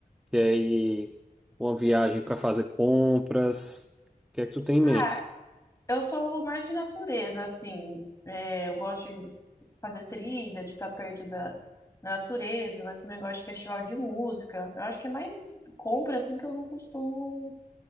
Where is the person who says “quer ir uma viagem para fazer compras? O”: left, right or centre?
Centre